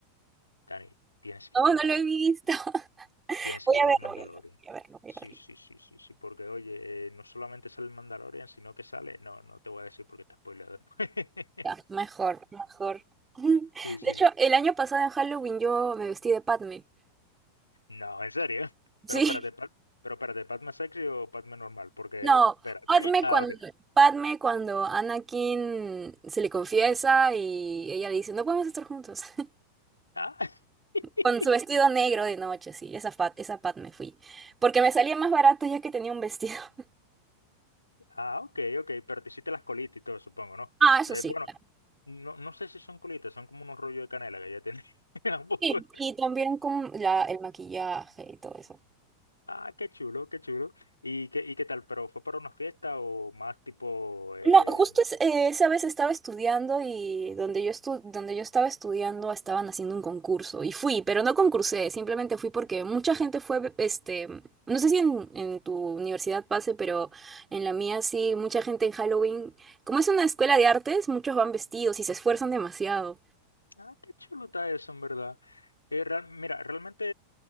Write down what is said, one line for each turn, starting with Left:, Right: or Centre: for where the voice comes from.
Left: Dani, tienes que
Right: No,
Left: ver
Right: no
Left: Mandalorian.
Right: lo he visto. <laughs>
Left: Tienes
Right: Voy
Left: que ver
Right: a verlo,
Left: Mandalorian.
Right: voy a verlo, voy a verlo, voy
Left: Sí,
Right: a verlo.
Left: sí, sí, sí, sí, porque oye, eh, no solamente sale el Mandalorian, sino que sale, no, no te voy a decir porque te spoileo después. <laughs>
Right: Ya, mejor, mejor. <laughs>
Left: Sí, sí.
Right: De hecho, el año pasado en Halloween yo me vestí de Padme.
Left: No, en serio.
Right: Sí.
Left: Pero espérate, Pat- pero espérate, ¿Padme sexy o Padme normal? Porque,
Right: No,
Left: espérate.
Right: Padme
Left: Ah,
Right: cuando,
Left: ok.
Right: Padme cuando Anakin se le confiesa y ella le dice, no podemos estar juntos. <laughs>
Left: Ah, <laughs>
Right: Con su vestido negro de noche, sí, esa, Pat- esa Padme fui. Porque me salía más barato ya que tenía un vestido. <laughs>
Left: ah, ok, ok, pero te hiciste las colitas y todo, supongo, ¿no?
Right: Ah, eso
Left: Eh,
Right: sí,
Left: bueno,
Right: claro.
Left: no, no sé si son colitas, son como unos rollos de canela que ya tenía <laughs> un poco.
Right: Sí, y también con la, el maquillaje y todo eso.
Left: Ah, qué chulo, qué chulo. ¿Y qué, y qué tal? ¿Pero fue para una fiesta o más tipo... eh,
Right: No, justo es- eh, esa vez estaba estudiando y donde yo estu- donde yo estaba estudiando estaban haciendo un concurso y fui, pero no concursé, simplemente fui porque mucha gente fue, este, no sé si en, en tu universidad pase, pero en la mía sí, mucha gente en Halloween, como es una escuela de artes, muchos van vestidos y se esfuerzan demasiado.
Left: Ah, qué chulo está eso, en verdad. Eh, real- Mira, realmente,